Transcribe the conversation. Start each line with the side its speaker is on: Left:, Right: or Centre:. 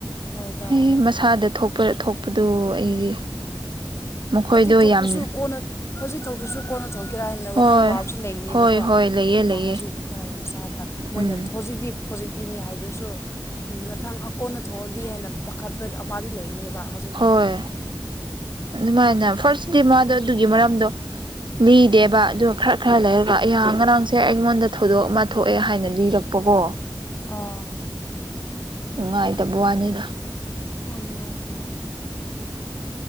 Left: ꯍꯣꯏꯗ
Right: ꯑꯦ
Left: ꯍꯣꯏ
Right: ꯃꯁꯥꯗ ꯊꯣꯛ ꯄ ꯊꯣꯛꯄꯗꯨ ꯑꯩꯗꯤ ꯃꯈꯣꯏꯗꯣ
Left: ꯍꯧꯖꯤꯛ ꯊꯣꯛꯇ꯭ꯔꯁꯨ
Right: ꯌꯥꯝ
Left: ꯀꯣꯟꯅ ꯍꯧꯖꯤꯛ ꯊꯣꯛꯇ꯭ꯔꯁꯨ ꯀꯣꯟꯅ ꯊꯣꯛꯀꯦꯔꯥ ꯍꯥꯏꯅ
Right: ꯍꯣꯏ
Left: ꯋꯥꯈꯜ ꯋꯥꯕꯁꯨ ꯂꯩꯒꯅꯦꯕꯀꯣ
Right: ꯍꯣꯏ ꯍꯣꯏ ꯂꯩꯌꯦ
Left: ꯃꯥ
Right: ꯂꯩꯌꯦ
Left: ꯍꯧꯖꯤꯛ ꯃꯣꯏ ꯃꯁꯥꯗ ꯃꯣꯏꯅ
Right: ꯎꯝ
Left: ꯍꯧꯖꯤꯛꯇꯤ ꯄꯣꯖꯤꯇꯤꯕꯅꯤ ꯍꯥꯏꯗ꯭ꯔꯁꯨ ꯃꯊꯪ ꯑꯀꯣꯟꯅ ꯊꯣꯛꯑꯗꯤ ꯍꯥꯏꯅ ꯄꯥꯈꯠꯄ ꯑꯃꯗꯤ ꯂꯩꯒꯅꯦꯕ ꯍꯧꯖꯤꯛꯐꯥꯎ
Right: ꯍꯣꯏ ꯑꯗꯨꯃꯥꯏꯅ ꯐꯔꯁꯗꯤ ꯃꯥꯗꯣ ꯑꯗꯨꯒꯤ ꯃꯔꯝꯗꯣ ꯂꯤꯗꯦꯕ ꯑꯗꯣ ꯈꯔ ꯈꯔ ꯂꯩꯔꯒ
Left: ꯑꯣ
Right: ꯑꯩꯌꯥ ꯉꯔꯥꯡꯁꯦ ꯑꯩꯉꯣꯟꯗ ꯊꯧꯗꯣꯛ ꯑꯃ ꯊꯣꯛꯑꯦ ꯍꯥꯏꯅ ꯂꯤꯔꯛꯄꯀꯣ
Left: ꯑꯥ
Right: ꯅꯨꯡꯉꯥꯏꯇꯕ ꯋꯥꯅꯤꯗ
Left: ꯍꯃꯥꯏꯗ